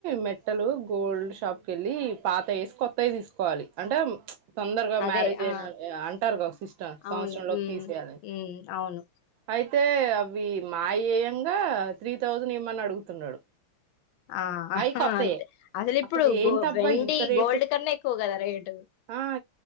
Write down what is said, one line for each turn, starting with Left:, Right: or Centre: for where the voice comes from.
Right: మెట్టలు గోల్డ్ షాప్ క వెళ్ళి, పాత వేసి కొత్తవి తీసుకోవాలి అంటే. తొందరగా
Left: అదే
Right: మ్యారేజ్
Left: ఆ
Right: అయిన అంటారుగా ఒక సిస్టర్ సంవత్సరం
Left: అవును
Right: లోకి
Left: ఉమ్
Right: తీసేయాలని
Left: ఉమ్ అవును
Right: అయితే. తే ప్ వి మాఈయంగా త్రీ థౌజండ్ ఇవ్వమని అడుగుతున్నాడు.
Left: ఆ అహ్
Right: అయి కొత్తయే
Left: అంతే అసలు ఇప్పుడు
Right: ఏంటబ్బా
Left: గో వెండి
Right: ఇంత రేటు
Left: గోల్డ్ కన్నా ఎక్కువ కదా రేటు
Right: ఆ